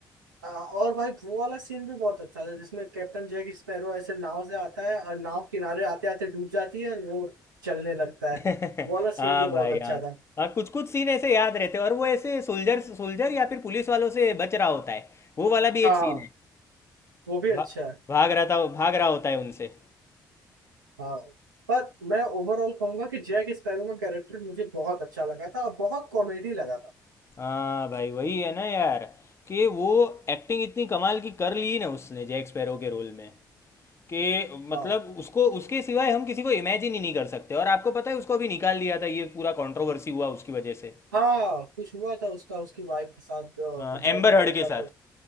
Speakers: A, on the right; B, on the left.
A: आ, और भाई वो वाला सीन भी बहुत अच्छा था जिसमें कैप्टन जैक स्पैरो ऐसे नाव से आता है और नाव किनारे आते आते डूब जाती है और वो चलने लगता
B: <laughs>
A: है वो वाला
B: हाँ
A: सीन भी
B: भाई
A: बहुत अच्छा
B: हाँ
A: था
B: हाँ कुछ कुछ सीन ऐसे याद रहते हैं और वो ऐसे सोल्जर सोल्जर या फिर पुलिस वालों से बच रहा होता है वो वाला भी एक
A: हाँ
B: सीन है
A: वो भी अच्छा
B: भा,
A: है
B: भाग रहा था भाग रहा होता है उनसे
A: हाँ पर मैं ओवरऑल कहूंगा कि जैक स्पैरो का कैरेक्टर मुझे बहुत अच्छा लगा था और बहुत कॉमेडी लगा था
B: हाँ भाई वही है ना यार कि वो एक्टिंग इतनी कमाल की कर ली ना उसने जैक स्पैरो के रोल में कि मतलब
A: हाँ
B: उसको उसके सिवाय हम किसी को इमेजिन ही नहीं कर सकते और आपको पता है उसको अभी निकाल दिया था ये पूरा कंट्रोवर्सी हुआ उसकी वजह से
A: हाँ कुछ हुआ था उसका उसकी वाइफ के साथ अ,
B: हाँ,
A: कुछ जॉनी
B: एम्बर
A: डेप
B: हर्ड के
A: का
B: साथ
A: तो